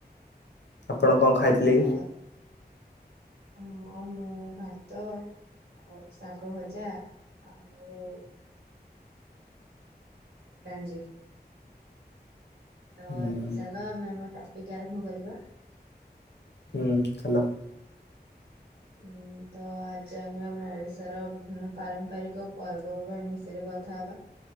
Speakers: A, on the left (about 85°); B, on the right (about 70°).
A: ଆପଣ କଣ ଖାଇଥିଲେ
B: ତ
A: କି?
B: ଆ ହଁ ମୁଁ ଭାତ ଆଉ ଶାଗ ଭଜା ଆଉ କାଞ୍ଜି ତ
A: ହୁଁ
B: ଚାଲ ଆମେ ଆମ ଟପିକ ଆରମ୍ଭ କରିବା
A: ହୁଁ ଚାଲ
B: ହୁଁ ତ ଆଜି ଆମେ ଆମ ଓଡିଶାର ବିଭିନ୍ନ ପାରମ୍ପରିକ ପର୍ବପର୍ବାଣୀ ବିଷୟରେ କଥା ହବା